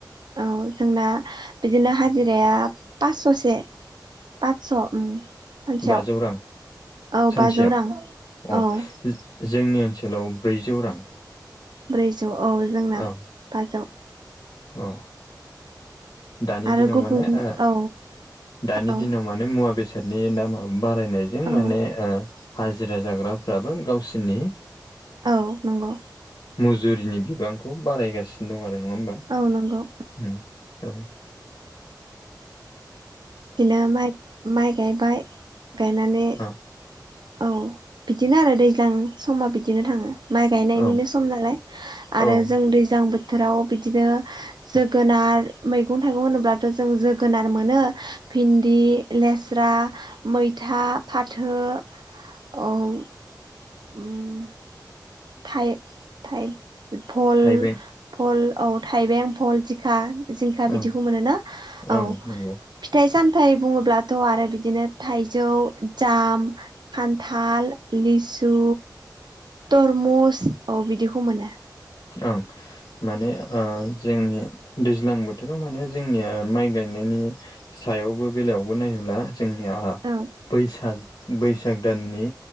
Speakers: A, on the right; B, on the left.
A: औ जोंना बिदिनो हाजिराया पास्स'से पासस' उम सानसेयाव
B: बाजौ रां
A: औ
B: सानसेयाव
A: बाजौ रां
B: अ
A: औ
B: जोंनि ओनसोलाव ब्रैजौ रां
A: ब्रैजौ औ जोंना
B: औ
A: बासौ
B: औ दानि
A: आरो
B: दिनाव
A: गुबुन
B: माने ओ
A: औ
B: दानि
A: औ
B: दिनाव माने मुवा बेसादनि दामाब बारायनायजों
A: औ
B: माने ओ हाजिरा जाग्राफ्राबो गावसिनि
A: औ नंगौ
B: मुजुरिनि बिबांखौ बारायगासिनो दं आरो नङा होमबा
A: औ नंगौ
B: उम औ
A: बिदिनो माइ माइ गायबाय गायनानै
B: औ
A: औ बिदिनो आरो दैज्लां समा बिदिनो थाङो माइ गायनायनिनो
B: औ
A: सम नालाय आरो
B: औ
A: जों दैज्लां बोथोराव बिदिनो जोगोनार मैगं थाइगं होनोब्लाथ' जों जोगोनार मोनो भिन्दि लेस्रा मैथा फाथो औ उम थाइ थाइ फल
B: थाइबें
A: फल औ थाइबें फल दिखा जिंखा
B: ओं
A: बिदिखौ मोनोना औ
B: ओं नंगौ
A: फिथाइ सामथाइ बुङोब्लाथ' आरो बिदिनो थाइजौ जाम खान्थाल लिसु तरमुस औ बिदिखौ मोनो
B: ओं माने जोंनि दैज्लां बोथोराव माने जोंनिया माइ गायनायनि सायावबो बेलायावबो नायोब्ला जोंनि आंहा
A: औ
B: बैसाग बैसाग दाननि